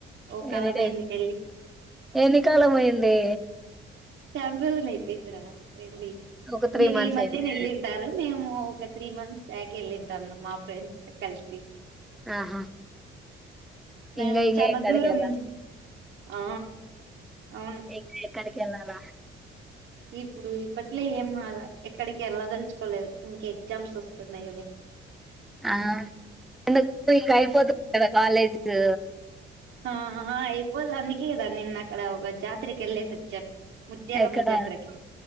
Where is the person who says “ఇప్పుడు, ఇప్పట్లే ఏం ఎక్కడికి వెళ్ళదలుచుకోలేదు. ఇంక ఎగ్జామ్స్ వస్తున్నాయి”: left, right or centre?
Right